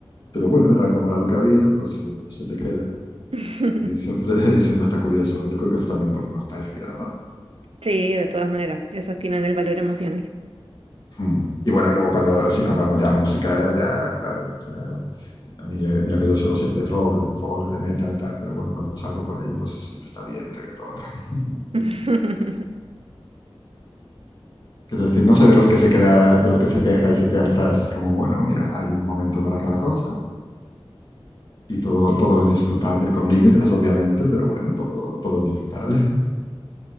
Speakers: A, on the left; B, on the right.
A: Pero bueno, era como era lo que había, pues eh, se te queda
B: <laughs>
A: y siempre, <laughs> y siempre está curioso. Yo creo que es también por nostalgia,
B: Sí, de todas maneras, esas tienen el valor emocional.
A: Mm. Y bueno, luego cuando si nos vamos ya a música, ya claro, o sea, a mí, eh, mira que yo suelo ser de rock, de folk, de metal, tal, pero bueno, cuando salgo por ahí, pues siempre está bien reggaetón. <laughs>
B: <laughs>
A: Quiero decir, no soy de los que se queda, de los que se queja y se queda atrás. Es como, bueno, mira, hay un momento para cada cosa y todo, todo es disfrutable, con límites, obviamente, pero bueno, todo, todo es disfrutable.